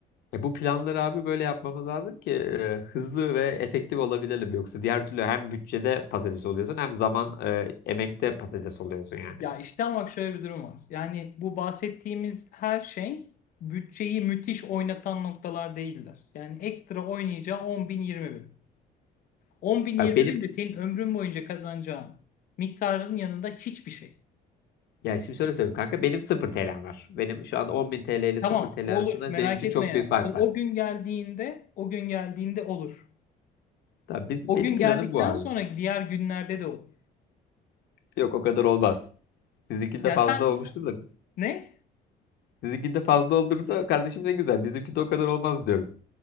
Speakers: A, on the left (about 70°); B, on the left (about 55°).
A: E bu planları abi böyle yapmamız lazım ki e, hızlı ve efektif olabilelim. Yoksa diğer türlü hem bütçede patates oluyorsun hem zaman e, emekte patates oluyorsun yani.
B: Ya işte ama bak şöyle bir durum var. Yani bu bahsettiğimiz her şey bütçeyi müthiş oynatan noktalar değiller. Yani ekstra oynayacağı 10 bin 20 bin. 10 bin
A: Bak
B: 20
A: benim
B: bin de senin ömrün boyunca kazanacağın miktarın yanında hiçbir şey.
A: yani şimdi şöyle söyleyeyim kanka benim 0 TL'm var. Benim şu an 10.000 TL ile
B: Tamam
A: 0 TL
B: olur
A: arasında
B: merak
A: benim için
B: etme
A: çok
B: yani.
A: büyük fark
B: O,
A: var.
B: o gün geldiğinde o gün geldiğinde olur.
A: Tabii biz,
B: O
A: benim
B: gün
A: planım
B: geldikten
A: bu abi.
B: sonra diğer günlerde de olur.
A: Yok o kadar olmaz. Sizinkinde
B: Ya
A: fazla
B: sen
A: olmuştur
B: sen-
A: da.
B: ne?
A: Sizinkinde fazla olursa kardeşim ne güzel. Bizimkinde o kadar olmaz diyorum.